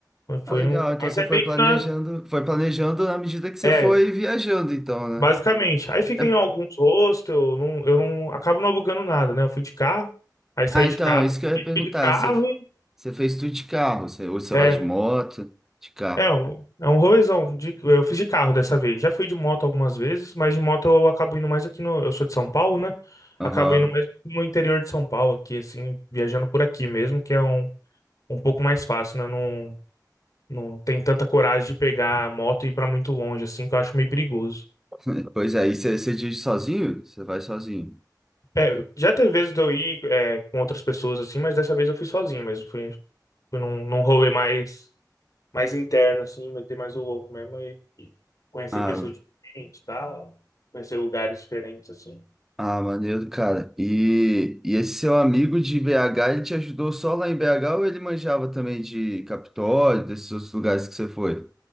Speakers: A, on the left; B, in the centre.
A: mas foi
B: Ah, legal.
A: um...
B: Então
A: Mas
B: você
A: é
B: foi
A: meio
B: planejando,
A: que na...
B: foi planejando na medida que você
A: É,
B: foi viajando, então, né?
A: basicamente. Aí fiquei
B: É-
A: em alguns hostels, não, eu não... Acabo não alugando nada, né? Eu fui de carro, aí saí
B: Ah, então,
A: de casa,
B: isso que eu ia perguntar.
A: fui de carro
B: Você,
A: e...
B: você fez tudo de carro? Você, ou você
A: É,
B: vai de moto, de carro?
A: É, é um- é um rolezão. De, eu fiz de carro dessa vez. Já fui de moto algumas vezes, mas de moto eu acabo indo mais aqui no. Eu sou de São Paulo, né?
B: Aham.
A: Acabo indo mais no interior de São Paulo, aqui, assim, viajando por aqui mesmo, que é um, um pouco mais fácil, né? Não, não tem tanta coragem de pegar a moto e ir pra muito longe, assim, que eu acho meio perigoso.
B: <laughs> Pois é, e você, você dirige sozinho? Você vai sozinho.
A: É, já teve vezes de eu ir, é, com outras pessoas, assim, mas dessa vez eu fui sozinho mesmo. Fui, fui num, num rolê mais. mais interno, assim, meter mais o louco mesmo e, e conhecer
B: Ah,
A: pessoas diferentes, tal, conhecer lugares diferentes, assim.
B: Ah, maneiro, cara. E, e esse seu amigo de BH, ele te ajudou só lá em BH ou ele manjava também de Capitólio, desses outros lugares que você foi?